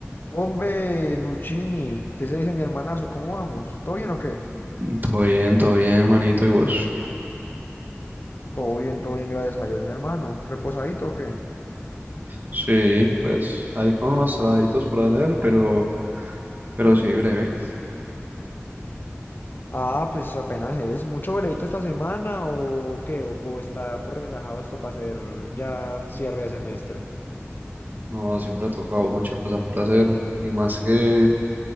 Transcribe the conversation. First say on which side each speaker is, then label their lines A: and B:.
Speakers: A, on the left; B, on the right.
A: Hombre, Luchini, ¿qué se dice mi hermanazo? ¿Cómo vamos? ¿Todo bien o qué?
B: Todo bien, todo bien, manito, y vos.
A: Todo bien, todo bien, gracias a Dios, mi hermano. ¿Reposadito o qué?
B: Sí, pues ahí con unos trabajitos por hacer, pero, pero sí, breve.
A: Ah, pues apenas es. ¿Mucho veredito esta semana o qué? ¿O puedo estar relajado esto para hacer ya cierre de semestre?
B: No, siempre ha tocado mucha cosa por hacer. Y más que,